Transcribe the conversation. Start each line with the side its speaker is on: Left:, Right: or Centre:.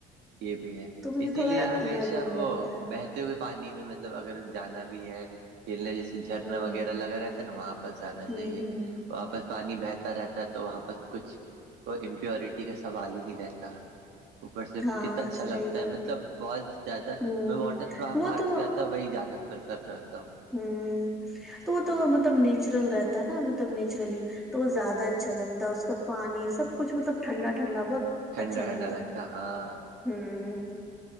Right: یہ بھی ہے
Centre: تو مجھے
Right: اسی
Centre: تھوڑا
Right: لیے ہمیشہ
Centre: یہ عجیب
Right: وہ
Centre: لگتا ہے
Right: بہتر ہو پانی میں مطلب اگر جانا بھی ہے کھیلنا جیسے جھرنا
Centre: ہوں
Right: وغیرہ لگا رہتا ہے نا وہاں پ س جانا
Centre: ہوں
Right: چاہیے وہاںپس پانی بہتا رہتا ہے تو وہاں پس کچھ توئی امپیورٹی کا سوال ہی نہیں رہتا اوپر سے
Centre: ہاں
Right: کتنا اچھا
Centre: صحیح
Right: لگتا
Centre: بات
Right: ہے مطلب بہت زیادہ ہے
Centre: ہوں
Right: میں واٹر
Centre: وہ
Right: پارک
Centre: تو
Right: سے ت وہی جانا پریفر کرتا ہوں
Centre: ہوں تو وہ تو مطلب نیچرل رہتا ہے نا مطلب نیچرلی تو وہ زیادہ اچھا لگتا ہے اس کا پانی سب کچھ مطلب ٹھنڈا ٹھنڈا بہت
Right: ٹھنڈا
Centre: اچھا لگتا
Right: ٹھنڈا
Centre: ہے
Right: ہاں
Centre: ہ